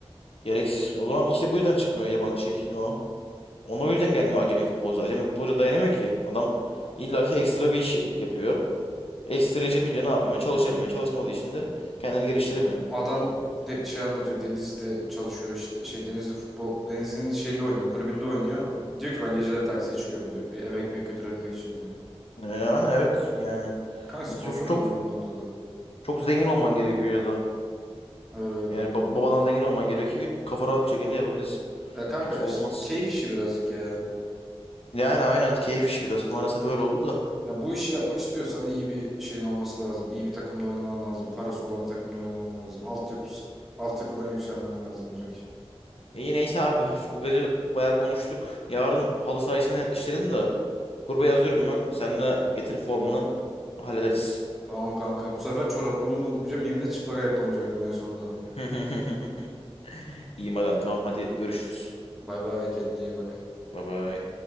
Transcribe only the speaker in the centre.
Adam de, şey anlatıyor. Denizli'de çalışıyor işte. Şey Denizli futbol. Denizli'nin şeyinde oynuyor. Kulübünde oynuyor. Diyor ki ben geceler taksiye çıkıyorum diyor. E, eve ekmek götürebilmek için diyor.
Kanka sponsor
önemli bu noktada.
Öyle öyle.
Ya kanka
işte
keyif işi birazcık ya.
Ya bu işi yapmak istiyorsan iyi bir şeyin olması lazım. İyi bir takımda oynaman lazım. Parası olan bir takımda oynaman lazım. Altyapı, altyapıdan yükselmen lazım direkt.
Tamam kanka. Bu sefer çoraplarımı da unutmayacağım. Yeminle çıplak ayakla oynayacaktım en sonunda.
Bay bay kendine iyi bak.